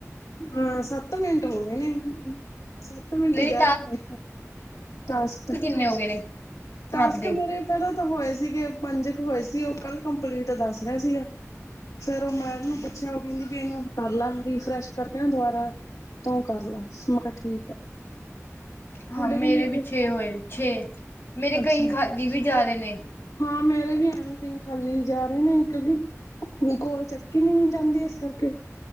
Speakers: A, on the left (about 80°); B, on the left (about 45°).
A: ਹਾਂ, ਸੱਤ ਮਿੰਟ ਹੋ ਗਏ ਨੇ। ਸੱਤ ਮਿੰਟ
B: ਨਹੀਂ
A: ਗਿਆਰਾਂ ਮਟ ਟਾਸਕ
B: ਕਿਨੇ ਹੋ ਗਏ ਨੇ?
A: ਟਾਸਕ
B: ਆਪਦੇ
A: ਮੇਰੇ ਪਹਿਲਾਂ ਤਾਂ ਹੋਏ ਸੀਗੇ ਪੰਜ ਕੁ ਹੋਏ ਸੀ ਉਹ ਕੱਲ ਕੰਪਲੀਟ ਦੱਸ ਰਿਹਾ ਸੀਗਾ। ਫੇਰ ਉਹ ਮੈਮ ਨੂੰ ਪੁੱਛਿਆ ਉਹ ਕਹਿੰਦੀ ਵੀ ਇਹਨੂੰ ਕਰ ਲਾਂ ਰੀਫਰੈਸ਼ ਕਰਕੇ ਨਾ ਦੁਬਾਰਾ। ਤੂੰ ਕਰ ਲਾ, ਮੈ ਕਿਹਾ ਠੀਕ ਹੈ।
B: ਹਾਂ,
A: ਤੁਹਾਡੇ
B: ਮੇਰੇ
A: ਕਿੰਨੇ ਹੋ
B: ਵੀ
A: ਗਏ
B: ਛੇ ਹੋਏ ਨੇ ਛੇ ਮੇਰੇ
A: ਅੱਛਾ
B: ਕਈ ਖਾਲੀ ਵੀ ਜਾ ਰਹੇ ਨੇ।
A: ਹਾਂ, ਮੇਰੇ ਵੀ ਐਵੇ ਕਈ ਖਾਲੀ ਜਾ ਰਹੇ ਨੇ ਇਕ ਬੀ ਕੋੋਲ ਚਕੀ ਨੀ ਜਾਂਦੀ, ਇਸ ਕਰਕੇ